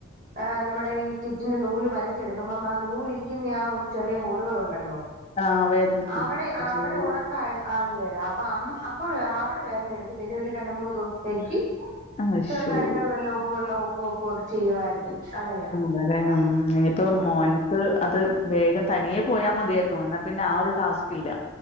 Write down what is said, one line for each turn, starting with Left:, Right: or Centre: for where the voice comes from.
Right: ആഹ് നമ്മുടെ ഈ സ്റ്റിച്ചിന്റെ നൂല് വലിച്ചെടുക്കുമ്പം ആ നൂലിരിക്കുന്ന ആ ഒരു ചെറിയ ഹോളുകളൾ ഉണ്ടല്ലോ
Left: ആഹ് വേദനിക്കും.
Right: അവടെ ആ
Left: അയ്യോ
Right: അവടെ ഓണക്കായ അങ്ങന അപ്പ അം അപ്പ അവട വേദന എട്ക്കും പിന്നെ ഒരു രണ്ട് മൂന്ന് ദുസ് ത്തെക്ക്
Left: അശ്ശോ
Right: ചെർതായിട്ട് നല്ല ഉപ്പ് വെള്ള ഉപ്പ് വെക്കു ഒക്ക ചെയ്യുവായിരിക്കും അങ്ങനെ
Left: ളരെ ഉം ഇനിയിപ്പോ മോന് അത് വേഗം തനിയേ പോയാ മതിയായിര്ന്നു എന്നാ പിന്നെ ആ ഒരു ടാസ്ക് ഇല്ല